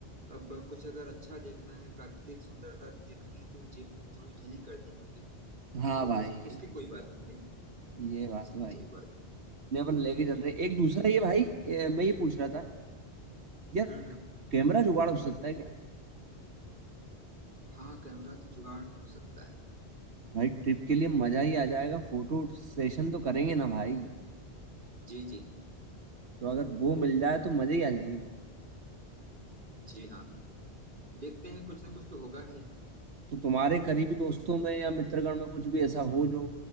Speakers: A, on the right; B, on the right.
A: अब कुछ अगर अच्छा देखना है प्राकृतिक सुंदरता देखनी है तो जेब तो थोड़ी ढीली करनी होगी
B: हाँ
A: तो
B: भाई
A: उस, उसकी कोई बात नहीं है
B: ये बात
A: उसकी
B: है भाई
A: कोई बात नहीं है
B: मैं अपन लेके चल रहे हैं। एक दूसरा ये भाई ए, मैं ये पूछ रहा था यार
A: हम्म हम्म,
B: कैमरा जुगाड़ हो सकता है क्या
A: हाँ कैमरा तो जुगाड़ हो सकता है
B: भाई ट्रिप के लिए मजा ही आ जाएगा फोटो सेशन तो करेंगे ना भाई
A: जी जी
B: तो अगर वो मिल जाए तो मजे ही आ जाएंगे bro।
A: जी हाँ देखते हैं कुछ ना कुछ तो होगा ही
B: तो तुम्हारे करीबी दोस्तों
A: कुछ
B: में या मित्रगण में कुछ भी ऐसा हो जो